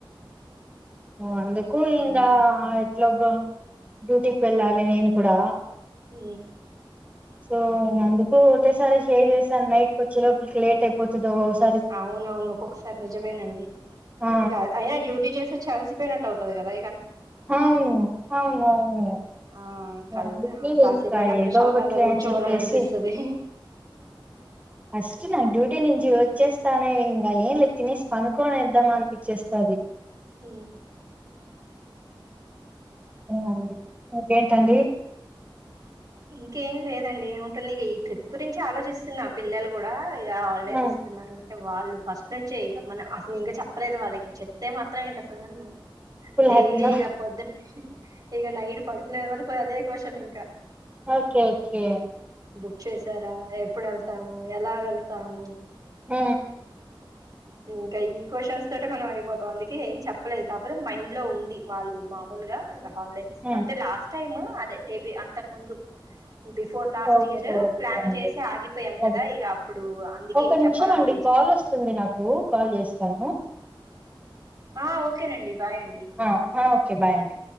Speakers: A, on the right; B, on the right.
A: ఓ అందు కూ
B: హ్మ్.
A: ఇందా లోబో డ్యూటీకి వెళ్ళాలి నేను కూడా
B: హ
A: సో అందుకు ఒకే సారి చేసాను నైట్ క వచ్చే లోపలికి లేట్ అయిపోతుందిస
B: అవునవును ఒక్కొక్కసారి నిజమేనండి
A: ఆ
B: ఇంకా అయినా డ్యూటీ చేసి వచ్చాల్సి పినట్ అవుతుంది కదా
A: అవును అవును అవును
B: ఆ! కల్
A: అందుక
B: ఆహ్, కాసేపైనా
A: ఇంకా ఏదో
B: ప్రశాంతంగా
A: ఒకట్లే
B: గూర్చోవాలని
A: అని చెప్పేసి
B: అనిపిస్తది.
A: ఫస్ట్ నా డ్యూటీ నేను వచ్చేస్తానే ఇంకా ఏం లే తినేసి పనుకోనిద్దాం అనిపిచ్చేస్తుది
B: అ
A: అడి ఓకే ఎండి
B: ఇంకేం లేదండి ఏముంటుంది ఇక ఈ ట్రిప్ గురించి ఆలోచిస్తున్నా పిల్లలు కూడా హాలిడేస్
A: ఆ
B: ఇస్తున్నారు వాళ్ళు ఫస్ట్ నుంచేక మనం అసలు ఇంక చెప్పలేదు వాళ్ళకి చెప్తే మాత్రం ఇంక అసలు నన్ను
A: ఫుల్
B: డైలీ
A: హ్యాపీనా
B: ఇక ప వదుం ఇక నైడ్ పడుకునే వరకు అదే వషం క్క
A: ఓకే ఓకే
B: బుక్ చేసారా ఎప్పుడు వెళ్తాము ఎలా వెళ్తాము
A: ఆ
B: ఇంకా ఈ క్వశ్చన్స్ తోట మనం అయిపోతాం అందుకే ఏం చెప్పలేదు కాకపోతే మైండ్ లో ఉంది వాళ్ళు మామూలుగా ఇ హాలిడేస్
A: హ్మ్
B: అంటే లాస్ట్ టైమ్ అదే డేబి అంత తక్ ముందు before last
A: okay
B: year
A: okay
B: plan
A: అండి
B: చేసి ఆగిపోయాను
A: అే
B: కదా ఇక అప్పుడు అందుకే
A: ఒక
B: ఏం
A: నిమిషం
B: చెప్పాలనిపించలే
A: అండి కాల్ వస్తుంది నాకు కాల్ చేస్తాను
B: ఆ ఓకేనండి ఉయండి
A: ఆ ఓకే బాయ్ అండి